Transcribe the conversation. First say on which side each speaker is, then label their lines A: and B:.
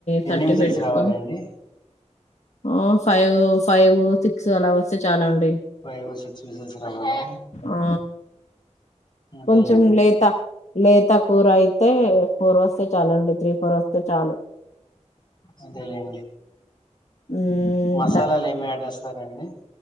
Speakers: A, on the left (about 35°); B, on the left (about 65°).
A: ఎన్ని
B: థర్టీ
A: విజిల్స్
B: పెట్టుకొని.
A: రావాలండి
B: ఆ, ఫైవ్ ఫైవ్ సిక్స్ అలా వస్తే చాలండి. డి.
A: ఫైవ్ సిక్స్ విజిల్స్ రావాలా
B: ఆ..
A: అదేలేండి
B: కొంచెం లేత. లేతా కూరయితే ఫోర్ వస్తే చాలండి. త్రీ, ఫోర్ వస్తే చాలు.
A: అదేలేండి,
B: మ్మ్
A: మసాలాలు ఏమి యాడ్ జేస్తారండి?